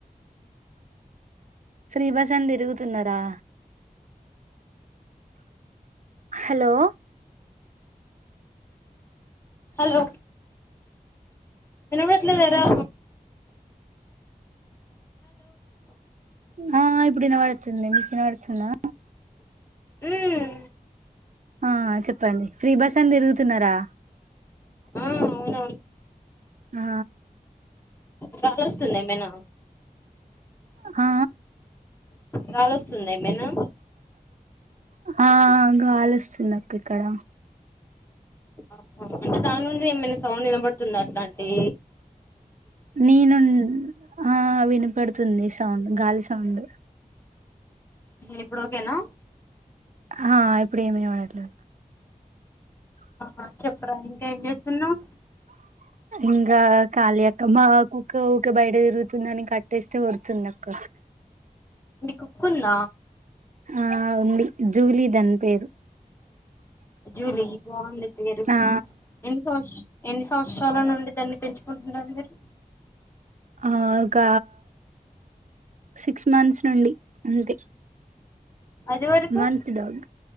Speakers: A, on the right; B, on the left.
A: ఫ్రీ బస్ అని తిరుగుతున్నారా హలో
B: హలో వినబడట్లేదరా
A: ఆ ఇప్పుడు వినపడుతుంది వినపడుతుందా
B: మ్మ్
A: ఆ చెప్పండి ఫ్రీ బస్ అని తిరుగుతున్నారా
B: ఆ అవునవును
A: ఆ
B: గాలి వస్తుంద ఏమైనా
A: ఆ
B: గాలి వస్తుందా ఏమైనా
A: ఆ గాలిస్తుంది నాకు ఇక్కడ
B: ఆహ అంటే దాని నుండి ఏమైనా సౌండ్ నినబడుతుందా అట్లా అంటి
A: నేనుం ఆ వినిపడుతుంది సౌండ్ గాలి సౌండ్
B: ఇప్పుడు ఓకేనా
A: ఆ ఇప్పుడు ఏం వినపడ్లే
B: ఆ చెప్పరా ఇంకా ఏం చేస్తున్నావ్
A: ఇంకా కాల అక్క మా కుక్క ఒక బయట తిరుగుతుందని కట్టేస్తే వరుతుంది అక్క
B: మీ కుక్కుంద
A: ఆ ఉంది జూలీ దని పేరు
B: జూలి బాగుంది పేరు
A: ఆ
B: ఎన్ని సంవస ఎన్ని సంవత్సరాల నుండి దాన్ని పెంచుకుంటున్నారు మీరు
A: ఆ ఒక సిక్స్ మంత్స్ నుండి అంతే
B: అది వరకు
A: మంత్స్ డాగ్